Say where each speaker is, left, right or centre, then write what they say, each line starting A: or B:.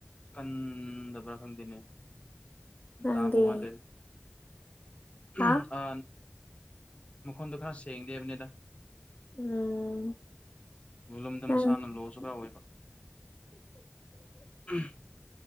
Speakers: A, on the left; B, on the left.
A: ꯀꯟꯗꯕ꯭ꯔꯥ ꯈꯪꯗꯦꯅꯦ
B: ꯅꯪꯗꯤ
A: ꯇꯥꯕ ꯋꯥꯠꯂꯦꯅꯦ
B: ꯍꯥ
A: ꯎꯝ ꯑ ꯃꯈꯣꯟꯗꯣ ꯈꯔ ꯁꯦꯡꯗꯦ ꯍꯥꯏꯕꯅꯦꯗ
B: ꯎꯝ
A: ꯕꯣꯂꯨꯝꯗꯣ
B: ꯅꯪ
A: ꯃꯁꯥꯅ ꯂꯣꯁꯨ ꯈꯔ ꯑꯣꯏꯕ ꯎꯝ